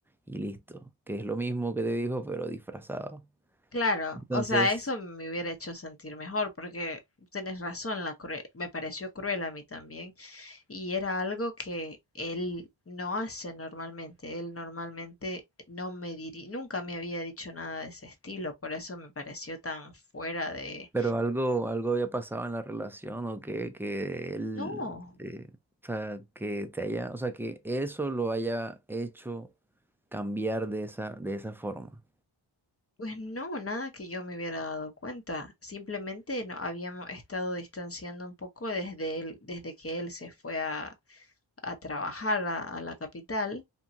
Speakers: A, in the centre; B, on the left.
A: y listo, que es lo mismo que te dijo pero disfrazado.
B: claro,
A: Entonces,
B: o sea, eso me hubiera hecho sentir mejor, porque tenés razón, la crue- me pareció cruel a mí también Y era algo que él no hace normalmente. Él normalmente no me diri- nunca me había dicho nada de ese estilo, por eso me pareció tan fuera de...
A: Pero algo, algo había pasado en la relación o que, que él,
B: No,
A: eh, o sea, que te haya, o sea, que eso lo haya hecho cambiar de esa, de esa forma.
B: pues no, nada que yo me hubiera dado cuenta. Simplemente no habíamos estado distanciando un poco desde él, desde que él se fue a, a trabajar a, a la capital,